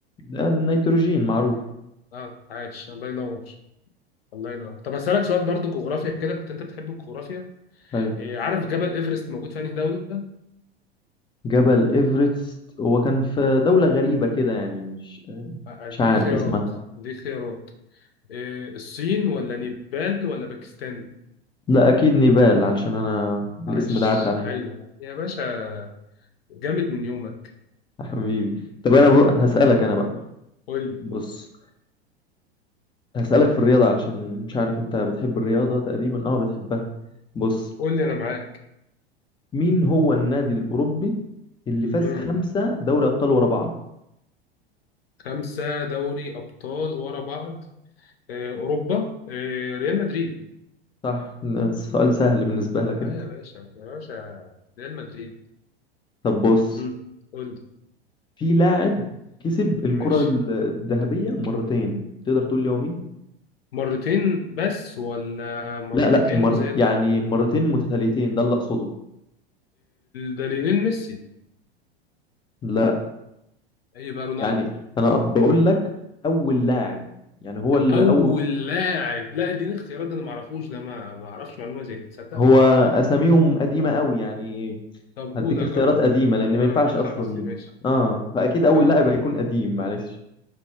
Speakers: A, on the left (about 15°); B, on the left (about 70°).
A: ده النيتروجين معروف
B: أه عاش الله ينور الله ينور طب اسالك سؤال برضو جغرافيا كده كنت انت بتحب الجغرافيا
A: أيوة.
B: إيه عارف جبل ايفرست موجود في انهي دوله
A: جبل إيفرست هو كان في دولة غريبة كده يعني مش
B: اديك
A: مش عارف
B: خيارات
A: اسمها
B: اديك خيارات إيه الصين ولا نيبال ولا باكستان
A: لا أكيد نيبال علشان أنا الاسم
B: عاش
A: ده عدى عليا
B: ايوه يا باشا جامد من يومك
A: يا حبيبي طب أنا بقى هسألك أنا بقى
B: قول لي
A: بص هسألك في الرياضة علشان مش عارف أنت بتحب الرياضة تقريبا أه بتحبها بص
B: قول لي انا معاك
A: مين هو النادي الأوروبي اللي فاز
B: مم.
A: خمسة دوري أبطال ورا بعض
B: خمسه دوري ابطال ورا بعض إيه اوروبا إيه ريال مدريد
A: صح السؤال
B: اه
A: سهل بالنسبة لك أنت
B: اه يا باشا يا باشا ريال مدريد
A: طب بص
B: مم. قول لي
A: في لاعب كسب الكرة
B: ماشي
A: الذهبية مرتين تقدر تقول لي هو مين
B: مرتين بس ولا مرتين
A: لا لا مر
B: وزادوا
A: يعني مرتين متتاليتين ده اللي اقصده
B: ده ميسي
A: لا
B: يبقى رونالدو
A: يعني انا بقول لك اول لاعب يعني هو اللي
B: اول
A: اول
B: لاعب لا اديني اختيارات ده انا ما اعرفوش ده ما ما اعرفش معلومه زي دي تصدق
A: هو اساميهم قديمه قوي يعني
B: طب
A: هديك
B: قول اجرب
A: اختيارات قديمه لان
B: جرب
A: ما ينفعش اصلا
B: حظي ماشي
A: اه فاكيد اول
B: اه
A: لاعب هيكون قديم معلش